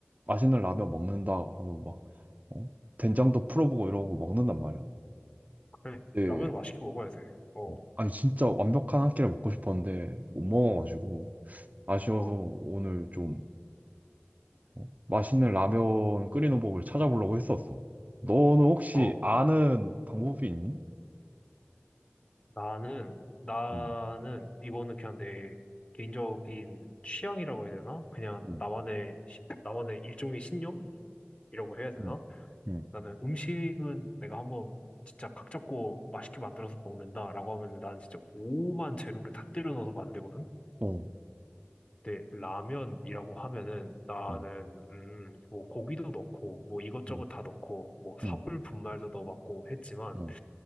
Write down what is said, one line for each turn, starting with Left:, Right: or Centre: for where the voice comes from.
Right: 맛있는 라면 먹는다 하면 막 어? 된장도 풀어보고 이러고 먹는단 말이야.
Left: 그래,
Right: 네.
Left: 라면을 맛있게 먹어야 돼. 어,
Right: 어, 아니 진짜 완벽한 한 끼를 먹고 싶었는데 못 먹어가지고 아쉬워서
Left: 어,
Right: 오늘 좀 어? 맛있는 라면 끓이는 법을 찾아보려고 했었어. 너는 혹시
Left: 어.
Right: 아는 방법이 있니?
Left: 나는, 나는,
Right: 응,
Left: 이거는 그냥 내 개인적인 취향이라고 해야 되나? 그냥
Right: 응,
Left: 나만의, 시- 나만의 일종의 신념이라고 해야 되나?
Right: 응, 응,
Left: 나는 음식은 내가 한번 진짜 각 잡고 맛있게 만들어서 먹는다라고 하면 나는 진짜 오만 재료를 다 때려 넣어서 만들거든?
Right: 응,
Left: 근데 라면이라고 하면은 나는
Right: 응,
Left: 음, 뭐 고기도 넣고 뭐 이것저것
Right: 응,
Left: 다 넣고 뭐 사골
Right: 응,
Left: 분말도 넣어봤고 했지만
Right: 응.